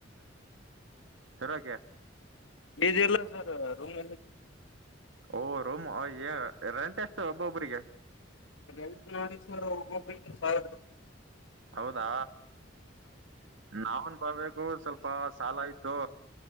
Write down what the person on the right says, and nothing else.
ಕರೋಕೆ
ಓ ರೂಮ್ ಓ ರೆಂಟ್ ಎಷ್ಟು ಒಬ್ಬೊಬ್ಬ್ರಿಗೆ
ಹೌದಾ ನಾವನು ಬರ್ಬೇಕು ಸ್ವಲ್ಪ ಸಾಲಾ ಇತ್ತು